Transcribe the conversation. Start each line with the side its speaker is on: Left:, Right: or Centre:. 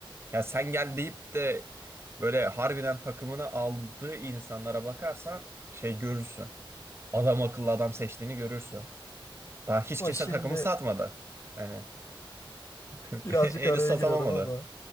Right: Ya sen gel deyip de böyle harbiden takımını aldığı insanlara bakarsan şey görürsün. Adam akıllı adam seçtiğini görürsün. Daha hiç
Left: Ama
Right: kimse
Left: şimdi
Right: takımı satmadı. Hani <laughs>
Left: birazcık
Right: Henüz
Left: araya
Right: satamamadı.
Left: giriyorum ama